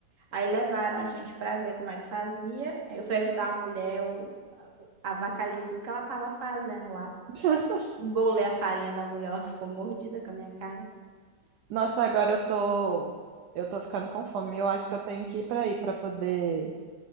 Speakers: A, on the right; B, on the right.
A: aí levaram a gente para ver como é que fazia. Aí eu fui ajudar a mulher, eu avacalhei tudo que ela tava fazendo lá.
B: <laughs>
A: Embolei a farinha da mulher, ela ficou mordida com a minha cara.
B: Nossa, agora eu tô. Eu tô ficando com fome. Eu acho que eu tenho que ir pra aí pra poder